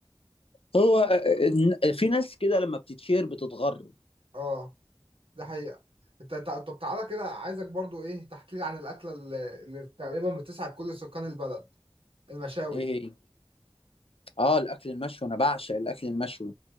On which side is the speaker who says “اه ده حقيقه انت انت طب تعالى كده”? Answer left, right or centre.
Right